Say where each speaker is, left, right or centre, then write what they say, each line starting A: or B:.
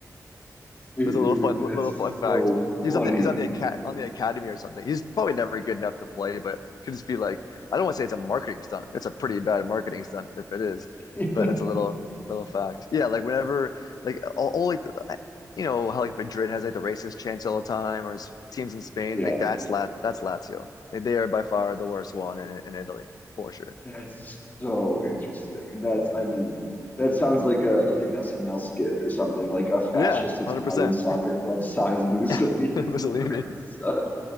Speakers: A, on the left (about 25°); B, on the left (about 85°).
A: <laughs> Dude,
B: was a little fun little
A: that's
B: fun fact.
A: so
B: He's
A: funny.
B: on the he's on the aca on the academy or something. He's probably never good enough to play, but could just be like I don't want to say it's a marketing stunt. It's a pretty bad marketing stunt if it is,
A: <laughs>
B: but that's a little little fact. Yeah, like whenever like all, all like I- you know how like Madrid has like the racist chants all the time, or s- teams in Spain
A: Yeah.
B: like that's Lat that's Lazio. Like, they are by far the worst one in in Italy for sure.
A: That's so interesting. And that's, I mean, that sounds like a like an SNL skit or something, like a fascist
B: Yeah,
A: Italian
B: 100%.
A: soccer club size Mussolini's
B: <laughs> Mussolini.
A: <laughs> grandson.